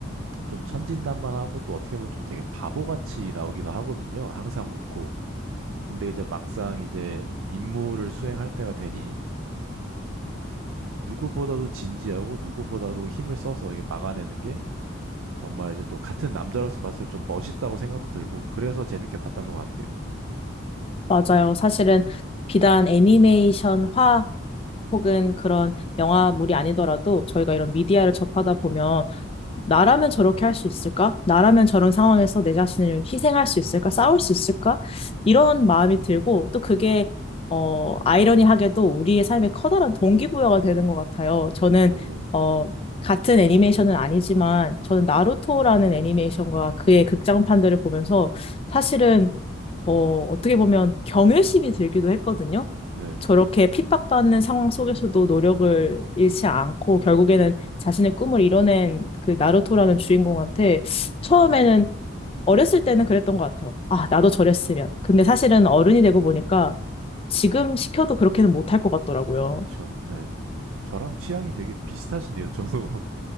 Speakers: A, on the right; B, on the left.
A: 좀 천진난만하고 또 어떻게 보면 좀 되게 바보같이 나오기도 하거든요. 항상 웃고. 근데 이제 막상 이제 임무를 수행할 때가 되니 누구보다도 진지하고 누구보다도 힘을 써서 이게 막아내는 게 정말 이제 또 같은 남자로서 봤을 때 좀 멋있다고 생각도 들고 그래서 재밌게 봤던 것 같아요.
B: 맞아요. 사실은 비단 애니메이션화 혹은 그런 영화물이 아니더라도 저희가 이런 미디어를 접하다 보면 나라면 저렇게 할 수 있을까? 나라면 저런 상황에서 내 자신을 희생할 수 있을까? 싸울 수 있을까? 이런 마음이 들고 또 그게 어 아이러니하게도 우리의 삶에 커다란 동기부여가 되는 것 같아요. 저는
A: 맞아요.
B: 어 같은 애니메이션은 아니지만 저는 나루토라는 애니메이션과 그의 극장판들을 보면서 사실은 어, 어떻게 보면 경외심이 들기도 했거든요.
A: 네.
B: 저렇게 핍박받는 상황 속에서도 노력을 잃지 않고 결국에는 자신의 꿈을 이뤄낸 그 나루토라는 주인공한테 처음에는 어렸을 때는 그랬던 것 같아요. 아, 나도 저랬으면. 근데 사실은 어른이 되고 보니까 지금 시켜도 그렇게는 못할 것 같더라고요.
A: 그쵸. 네. 저랑 취향이 되게 비슷하시네요. 저도 <laughs>